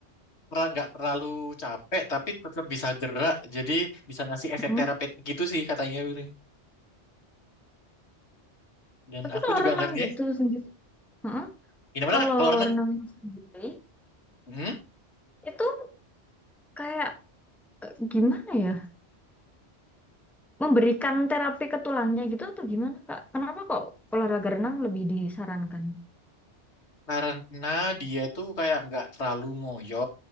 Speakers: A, on the left; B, in the centre.
A: pernah nggak terlalu capek tapi tetap bisa gerak. Jadi bisa ngasih efek
B: Mm-mm.
A: terapeutik gitu sih katanya. Willy. Dan
B: Tapi
A: aku
B: kalau
A: juga
B: renang
A: ngerti.
B: gitu sendiri, Heeh.
A: Gimana
B: Kalau
A: Kak? Kalau renang?
B: renang sendiri
A: Hmm?
B: itu kayak eh, gimana ya? Memberikan terapi ke tulangnya gitu atau gimana, Kak? Kenapa kok olahraga renang lebih disarankan?
A: Karena dia tuh kayak nggak terlalu ngoyo